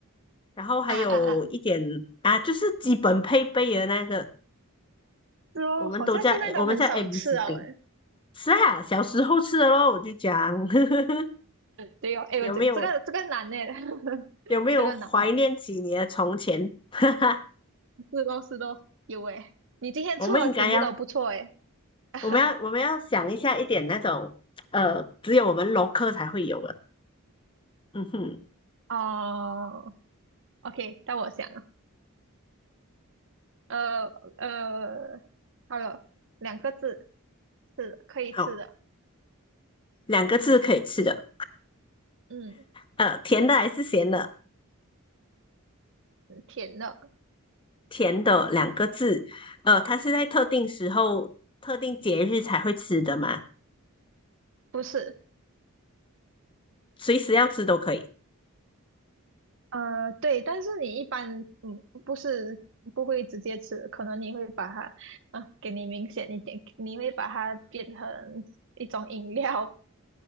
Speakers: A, on the left; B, on the right.
A: 然后还有一点啊，
B: 啊啊啊！
A: 就是基本配备的那个，
B: 是哦，
A: 我们都叫我们叫
B: 好像现在都很少吃了诶。
A: A B C B。是啊，小时候吃的咯，我就讲 <laughs>
B: 对哦，诶，
A: 有没有
B: 我这这个这个难诶，
A: 有没有怀念起你的从前？
B: <laughs> 这个难，
A: <laughs>
B: 是都是都有诶。你今天出的题目都不错诶。
A: 我们应该要，
B: <laughs>
A: 我们要我们要想一下一点那种呃，只有我们龙科才会有的。嗯哼，
B: 哦，OK，到我想了，呃呃，好了，两个字，是的可以吃的，
A: 好，两个字可以吃的，
B: 嗯，
A: 呃，甜的还是咸的？
B: 甜的，
A: 甜的两个字，呃，它是在特定时候、特定节日才会吃的嘛，
B: 不是，
A: 随时要吃都可以。
B: 呃，对，但是你一般，嗯，不是不会直接吃，可能你会把它，啊、给你明显一点，你会把它变成一种饮料，